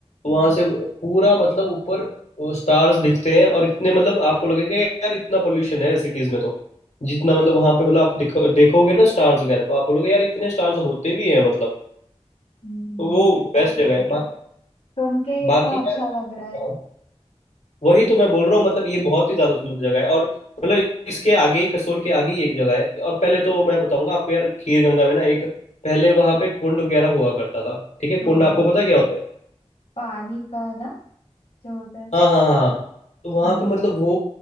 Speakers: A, on the left; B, on the left.
A: वहां से पूरा मतलब ऊपर स्टार्स दिखते हैं और इतने मतलब आपको लगेगा यार इतना पोल्यूशन है सिटीज में तो जितना मतलब वहां पे मतलब आप देखो, देखोगे ना स्टार्स वगैरह तो आप बोलोगे यार इतने स्टार्स होते भी हैं मतलब
B: हम्म
A: तो वो
B: कितना
A: बेस्ट जगह है बाकी
B: सुन के ही
A: बाकी
B: इतना अच्छा
A: यार,
B: लग रहा है
A: हाँ, वही तो मैं बोल रहा हूँ मतलब ये बहुत ही ज्यादा सुंदर जगह है और मतलब इसके आगे ही कसोल के आगे ही एक जगह है और पहले तो मैं बताऊंगा आपको यार खीर गंगा में ना एक पहले वहां पे कुंड वगैरह हुआ करता था ठीक है कुंड
B: हाँ
A: आपको पता है क्या होता है
B: पानी का ना जो होता है
A: हाँ हाँ हाँ हाँ। तो वहाँ
B: हम्म
A: पे मतलब वो